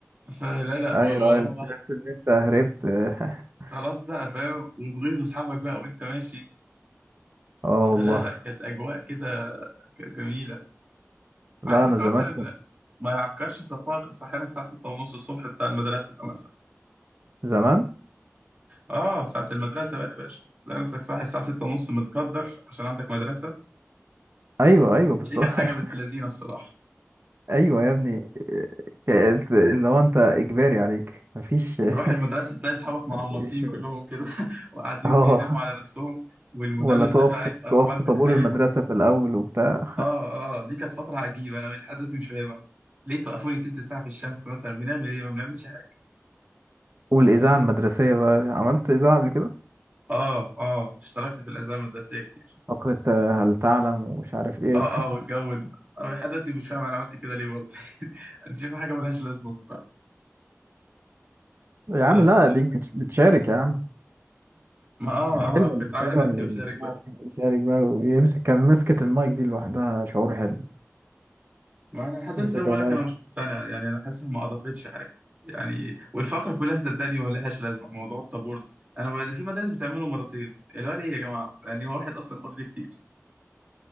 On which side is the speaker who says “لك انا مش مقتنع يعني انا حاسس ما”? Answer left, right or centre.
Right